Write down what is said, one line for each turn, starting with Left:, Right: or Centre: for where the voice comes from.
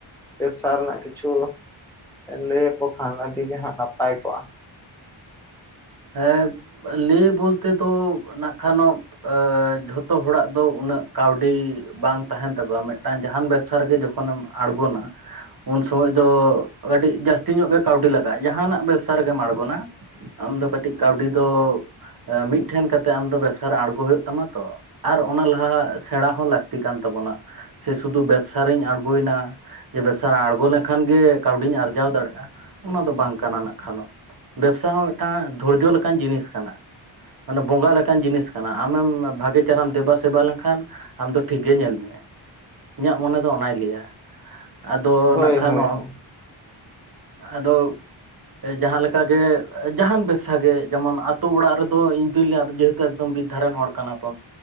Centre: ᱵᱮᱵᱽᱥᱟ ᱨᱮᱱᱟᱜ ᱠᱤᱪᱷᱩ ᱞᱟᱹᱭᱟᱠᱚ ᱠᱷᱟᱱ ᱟᱹᱰᱤ ᱜᱮ ᱦᱟᱸᱜ ᱱᱟᱯᱟᱭ ᱠᱚᱜᱼᱟ᱾
Right: ᱦᱮᱸ ᱞᱟᱹᱭ ᱵᱚᱞᱛᱮ ᱫᱚ ᱱᱟᱠᱷᱟᱱᱚᱜ ᱮ ᱡᱷᱚᱛᱚ ᱦᱚᱲᱟᱜ ᱫᱚ ᱩᱱᱟᱹᱜ ᱠᱟᱹᱣᱰᱤ ᱵᱟᱝ ᱛᱟᱦᱮᱱ ᱛᱟᱠᱚᱣᱟ ᱢᱤᱜᱴᱟᱝ ᱡᱟᱦᱟᱱ ᱵᱮᱵ ᱥᱟ ᱨᱮᱜᱮ ᱡᱚᱠᱷᱚᱱᱮᱢ ᱟᱬᱜᱚᱱᱟ ᱩᱱ ᱥᱚᱢᱚᱭ ᱫᱚ ᱠᱟᱹᱴᱤᱡ ᱡᱟᱹᱥᱛᱤ ᱧᱚᱜ ᱜᱮ ᱠᱟᱹᱣᱰᱤ ᱞᱟᱜᱟᱜᱼᱟ ᱡᱟᱦᱟᱱᱟᱜ ᱵᱮᱵᱽᱥᱟ ᱨᱮᱜᱮᱢ ᱟᱬᱜᱚᱱᱟ᱾ ᱟᱢ ᱫᱚ ᱠᱟᱹᱴᱤᱡ ᱠᱟᱹᱣᱰᱤ ᱫᱚ ᱮ ᱢᱤᱜᱴᱷᱮᱱ ᱠᱟᱛᱮᱜ ᱟᱢ ᱫᱚ ᱵᱮᱵᱥᱟ ᱨᱮ ᱟᱬᱜᱚ ᱦᱩᱭᱩᱜ ᱛᱟᱢᱟ ᱛᱚ᱾ ᱟᱨ ᱚᱱᱟ ᱞᱟᱦᱟ ᱥᱮᱬᱟ ᱦᱚᱸ ᱞᱟᱹᱠᱛᱤ ᱠᱟᱱ ᱛᱟᱵᱚᱱᱟ᱾ ᱥᱮ ᱥᱩᱫᱷᱩ ᱵᱮᱵᱽᱥᱟᱨ ᱨᱤᱧ ᱟᱬᱜᱩᱭᱱᱟ ᱡᱮ ᱵᱮᱵᱥᱟ ᱟᱬᱜᱚ ᱞᱮᱱᱠᱷᱟᱱ ᱜᱮ ᱠᱟᱹᱣᱰᱤᱧ ᱟᱨᱡᱟᱣ ᱫᱟᱲᱮᱜᱼᱟ ᱚᱱᱟ ᱫᱚ ᱵᱟᱝ ᱠᱟᱱᱟ ᱱᱟᱜ ᱠᱷᱟᱱᱚᱜ, ᱵᱮᱵᱽᱥᱟ ᱦᱚᱸ ᱢᱤᱜᱴᱟᱱ ᱫᱷᱳᱨᱡᱚ ᱞᱮᱠᱟᱱ ᱡᱤᱱᱤᱥ ᱠᱟᱱᱟ᱾ ᱚᱱᱮ ᱵᱚᱸᱜᱟ ᱞᱮᱠᱟᱱ ᱡᱤᱱᱤᱥ ᱠᱟᱱᱟ ᱟᱢᱮᱢ ᱵᱷᱟᱜᱮ ᱪᱮᱦᱨᱟᱢ ᱫᱮᱵᱟᱼᱥᱮᱵᱟ ᱞᱮᱱᱠᱷᱟᱱ ᱟᱢ ᱫᱚ ᱴᱷᱤᱠ ᱜᱮ ᱧᱮᱞ ᱢᱮᱭᱟ ᱤᱧᱟᱜ ᱢᱚᱱᱮ ᱫᱚ ᱚᱱᱟᱭ ᱞᱮᱭᱟ ᱾ ᱟᱫᱚ
Centre: ᱦᱳᱭ
Right: ᱱᱟᱜ ᱠᱷᱟᱱᱚ
Centre: ᱦᱳᱭ ᱦᱳᱭ
Right: ᱟᱫᱚ ᱡᱟᱦᱟ ᱞᱮᱠᱟ ᱜᱮ ᱡᱟᱦᱟᱱ ᱵᱮᱵᱥᱟ ᱜᱮ ᱡᱮᱢᱚᱱ ᱟᱛᱳ ᱚᱲᱟᱜ ᱨᱮᱫᱚ ᱤᱧ ᱫᱩᱧ ᱞᱟᱹᱭᱟ ᱡᱮ ᱮᱠᱫᱚᱢ ᱵᱤᱫᱽᱫᱷᱟ ᱨᱮᱱ ᱦᱚᱲ ᱠᱟᱱᱟ ᱵᱚᱱ